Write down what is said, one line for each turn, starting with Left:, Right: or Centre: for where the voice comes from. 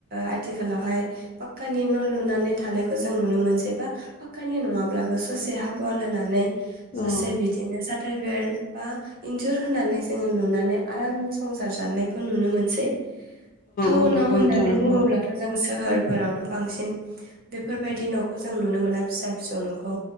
Right: आथिखालावहाय पाक्कानि न' लुनानै थानायखौ जों नुनो मोनसै बा पाक्कानि नङाब्लाबो ससे हाबुवाल होनानै
Left: औ
Right: ससे बिदिनो सा ताइभेल बा इन्जुर होनानै जोङो लुनानै आराम संसार जानायखौ नुनो मोन सै टाउनाव
Left: औ नंगौ
Right: होननानै
Left: नोंथां नंगौ
Right: बुङोब्लाथ' जों सोहोरफोराव बांसिन बेफोरबायदि न'खौ जों नुनो मोना फिसा फिसौ न'खौ।